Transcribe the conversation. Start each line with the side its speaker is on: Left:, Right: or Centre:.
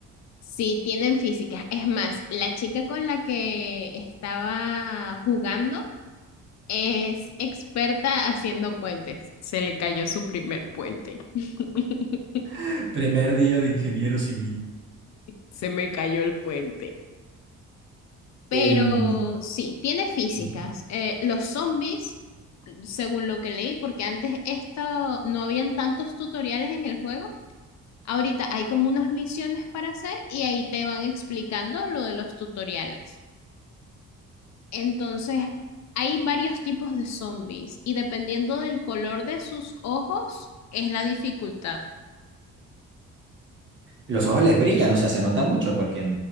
Left: sí tienen físicas. Es más, la chica con la que estaba jugando es experta haciendo puentes. Se le cayó su primer puente. <laughs>
Right: <laughs> Primer día de ingeniero civil.
Left: Se me cayó el puente. Pero
Right: Em,
Left: sí, tiene físicas.
Right: ujú.
Left: Eh, los zombies, según lo que leí, porque antes esto no habían tantos tutoriales en el juego, Ahorita hay como unas misiones para hacer y ahí te van explicando lo de los tutoriales. Entonces, hay varios tipos de zombies y dependiendo del color de sus ojos es la dificultad.
Right: Los ojos les brillan, o sea, se nota mucho porque